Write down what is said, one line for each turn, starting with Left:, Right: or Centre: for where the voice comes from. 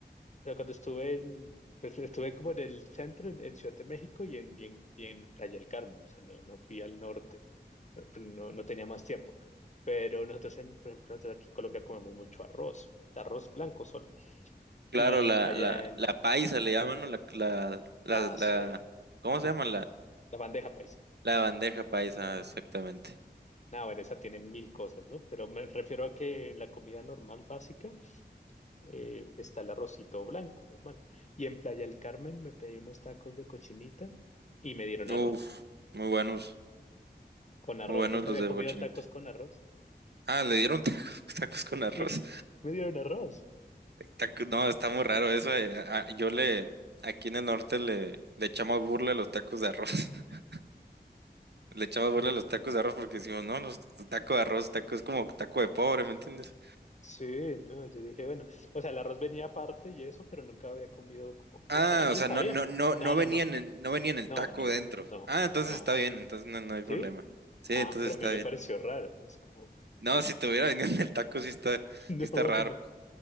Left: o sea, cuando estuve en, pues estuve como en el centro, en, en Ciudad de México y en, y en, y en Playa del Carmen, o sea, no, no fui al norte, no, pues, no, no tenía más tiempo. Pero nosotros, en, por ejemplo, nosotros aquí en Colombia comemos mucho arroz, arroz blanco solo.
Right: Claro,
Left: Y
Right: la,
Left: en Playa
Right: la,
Left: del-
Right: la paisa le llaman, ¿no? La, la, la,
Left: hace
Right: la- ¿cómo se llama?
Left: <laughs> la bandeja paisa.
Right: La bandeja paisa, exactamente.
Left: Ah, bueno, esa tiene mil cosas, ¿no? Pero me refiero a que en la comida normal básica eh, está el arrocito blanco, normal. Y en Playa del Carmen me pedí unos tacos de cochinita y me dieron
Right: Uf,
Left: arroz.
Right: muy buenos,
Left: Con arroz,
Right: muy buenos
Left: nunca
Right: los
Left: había
Right: de
Left: comido
Right: cochinita.
Left: tacos con arroz. <laughs>
Right: Ah, le dieron tacos, <laughs> tacos con arroz.
Left: Sí, me dieron arroz.
Right: Taco- no, está muy raro eso. eh. Ah, Yo le, aquí en el norte le, le echamos burla a los tacos de arroz. <laughs> Le echamos burla
Left: No,
Right: a los tacos de arroz porque decimos, no, los tacos de arroz, tacos es como taco de pobre, ¿me entiendes?
Left: Sí, no, yo dije, bueno, o sea, el arroz venía aparte y eso, pero nunca había comido como, pues
Right: Ah,
Left: para mí
Right: o sea,
Left: está
Right: no,
Left: bien.
Right: no, no,
Left: No,
Right: no venían,
Left: no, no,
Right: en- no venían el
Left: no,
Right: taco
Left: no, no,
Right: dentro.
Left: no,
Right: Ah, entonces
Left: no.
Right: está bien, entonces no, no hay
Left: ¿Sí?
Right: problema. Sí,
Left: Ah,
Right: entonces
Left: pero
Right: está
Left: a mí me
Right: bien.
Left: pareció raro. Es como,
Right: No, si te hubiera venido <laughs> el taco, sí está,
Left: <laughs> no,
Right: sí está raro.
Left: no.